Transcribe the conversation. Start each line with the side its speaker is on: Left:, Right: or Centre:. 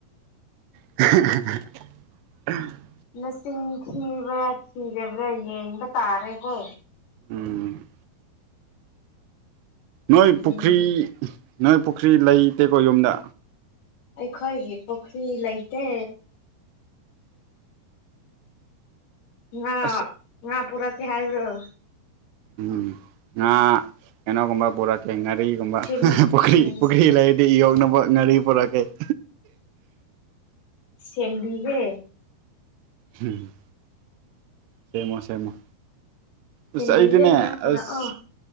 Right: <unintelligible>
Left: ꯃꯁꯤꯡ ꯊꯤꯕ꯭ꯔꯥ ꯊꯤꯗꯕ꯭ꯔꯥ ꯌꯦꯡꯕ ꯇꯥꯔꯦꯀꯣ
Right: ꯎꯝ ꯅꯣꯏ
Left: ꯎꯝ
Right: ꯄꯨꯈ꯭ꯔꯤ ꯅꯣꯏ ꯄꯨꯈ꯭ꯔꯤ ꯂꯩꯇꯦꯀꯣ ꯌꯨꯝꯗ
Left: ꯑꯩꯈꯣꯏꯒꯤ ꯄꯨꯈ꯭ꯔꯤ ꯂꯩꯇꯦ ꯉꯥ
Right: ꯑꯁ
Left: ꯉꯥ ꯄꯨꯔꯛꯀꯦ ꯍꯥꯏ ꯕꯔꯣ
Right: ꯎꯝꯉꯥ ꯀꯦꯅꯣꯒꯨꯝꯕ ꯄꯨꯔꯛ ꯀꯦ ꯀꯔꯤꯒꯨꯝꯕ
Left: ꯁꯦꯝ
Right: ꯄꯨꯈ꯭ꯔꯤ
Left: ꯎꯝ
Right: ꯄꯨꯈ꯭ꯔꯤ ꯂꯩꯗꯤ ꯌꯣꯛꯅꯕ ꯉꯔꯤ ꯄꯨꯔꯛ ꯀꯦ <unintelligible>
Left: ꯁꯦꯝꯕꯤ ꯒꯦ
Right: ꯍꯝ ꯁꯦꯝꯃꯣ ꯁꯦꯝꯃꯣ
Left: ꯁꯦꯝꯕꯤꯒꯦ
Right: ꯑꯁ ꯑꯩꯗꯤꯅꯦ
Left: ꯉꯥ
Right: ꯑꯁ
Left: ꯄꯨꯔꯛꯑꯣ